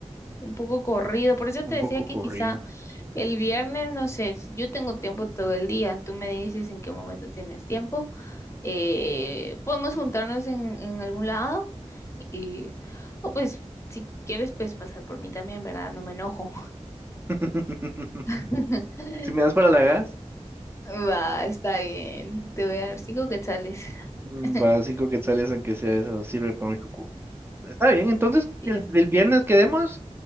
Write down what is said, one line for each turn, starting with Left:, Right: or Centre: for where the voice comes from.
Left: Un poco corrido, por eso te
Right: un
Left: decía
Right: poco
Left: que
Right: corrido.
Left: quizá el viernes, no sé, si yo tengo tiempo todo el día, tú me dices en qué momento tienes tiempo, eh, podemos juntarnos en, en algún lado y, o pues, si quieres, pues pasar por mí también, ¿verdad? No me enojo.
Right: <laughs>
Left: <laughs>
Right: Si me das para la gas,
Left: Va, está bien. Te voy a dar cinco quetzales.
Right: mm,
Left: <laughs>
Right: va cinco quetzales, aunque sea eso, sirve para mi cucu. Está bien, entonces
Left: Mentira.
Right: el, el viernes quedemos,